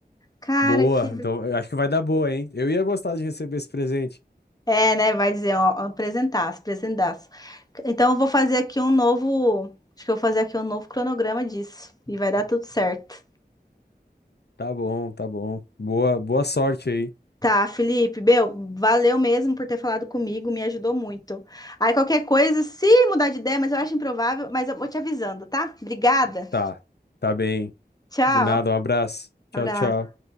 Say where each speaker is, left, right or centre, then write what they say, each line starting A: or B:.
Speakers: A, on the left; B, on the left.
A: Cara,
B: Boa.
A: que
B: Então, eu acho que vai dar boa, hein? Eu ia gostar de receber esse presente.
A: É, né? Vai dizer, ó, apresentaço, apresentaço. Então, eu vou fazer aqui um novo. Acho que eu vou fazer aqui um novo cronograma disso. E vai dar tudo certo.
B: Tá bom, tá bom. Boa, boa sorte aí.
A: Tá, Felipe, meu, valeu mesmo por ter falado comigo, me ajudou muito. Aí, qualquer coisa, se mudar de ideia, mas eu acho improvável, mas eu vou te avisando, tá? Obrigada.
B: Tá, tá bem.
A: Tchau.
B: De nada, um abraço. Tchau,
A: Abraço.
B: tchau.